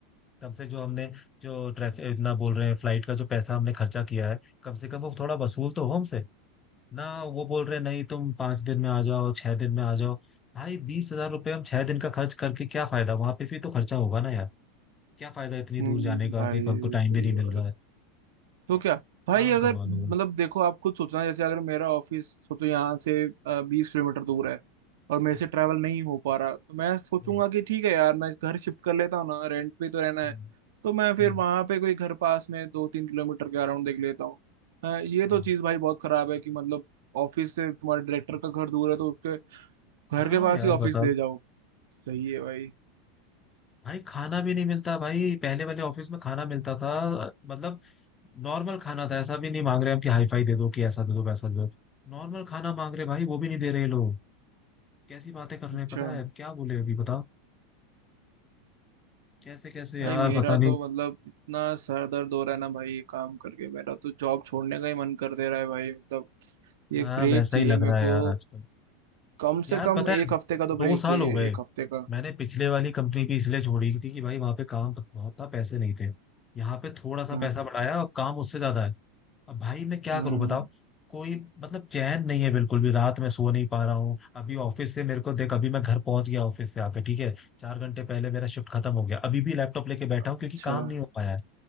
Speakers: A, on the left (about 25°); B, on the right (about 60°).
A: कम से जो हमने जो ट्रैफिक इतना बोल रहे हैं फ्लाइट का जो पैसा हमने खर्चा किया है कम से कम वो थोड़ा वसूल तो हो हमसे ना वो बोल रहे हैं नहीं तुम पांच दिन में आ जाओ छह दिन में आ जाओ भाई बीस हजार रुपये हम छह दिन का खर्च करके क्या फायदा वहां पे भी तो खर्चा होगा ना यार क्या फायदा इतनी
B: हम्म,
A: दूर जाने का
B: भाई
A: कि हमको टाइम
B: सही
A: भी नहीं
B: है
A: मिल
B: भाई
A: रहा है
B: तो क्या भाई
A: काम
B: अगर
A: करवा
B: मतलब
A: लो बस
B: देखो आप खुद सोचना जैसे अगर मेरा ऑफिस सोचो यहाँ से बीस किलोमीटर दूर है और मेरे
A: हाँ
B: से ट्रैवल नहीं हो पा रहा तो मैं सोचूंगा
A: वही।
B: कि ठीक है यार मैं घर शिफ्ट कर लेता हूँ ना रेंट पे तो रहना है
A: हम्म,
B: तो मैं फिर
A: हम्म,
B: वहां पे कोई घर पास में दो तीन किलोमीटर के अराउंड देख लेता हूँ हाँ, ये
A: हाँ
B: तो चीज़ भाई बहुत खराब है कि मतलब ऑफिस से तुम्हारे डायरेक्टर का घर दूर है तो उसके घर
A: हाँ
B: के पास
A: यार
B: ही ऑफिस
A: बताओ।
B: ले जाओ सही है भाई
A: भाई खाना भी नहीं मिलता भाई पहले वाले ऑफिस में खाना मिलता था मतलब नॉर्मल खाना था ऐसा भी नहीं मांग रहे हम कि हाई फाई दे दो कि ऐसा दे दो वैसा दे दो नॉर्मल खाना मांग रहे भाई वो भी नहीं दे रहे लोग कैसी बातें कर रहे
B: अच्छा
A: हैं पता है क्या बोले अभी बताओ कैसे कैसे यार
B: भाई मेरा
A: पता नहीं
B: तो मतलब इतना सर दर्द हो रहा है ना भाई ये काम करके मेरा तो जॉब छोड़ने का ही मन कर दे रहा है भाई मतलब ये
A: हाँ,
B: ब्रेक
A: वैसा
B: चाहिए
A: ही लग
B: मेरे
A: रहा है
B: को
A: यार आजकल
B: कम
A: यार
B: से कम
A: पता
B: एक
A: है
B: हफ्ते का तो
A: दो
B: ब्रेक
A: साल
B: चाहिए
A: हो गए
B: एक हफ्ते का
A: मैंने पिछले वाली कंपनी भी इसलिए छोड़ी थी कि भाई वहां पे काम बहुत था पैसे नहीं थे यहाँ पे थोड़ा सा
B: हम्म
A: पैसा बढ़ाया और काम उससे ज्यादा है अब भाई मैं क्या
B: हम्म।
A: करूं बताओ कोई मतलब चैन नहीं है बिल्कुल भी रात में सो नहीं पा रहा हूँ अभी ऑफिस से मेरे को देख अभी मैं घर पहुंच गया ऑफिस से आके ठीक है चार घंटे पहले मेरा शिफ्ट खत्म हो गया अभी भी लैपटॉप लेके बैठा
B: अच्छा
A: हूँ क्योंकि काम नहीं हो पाया है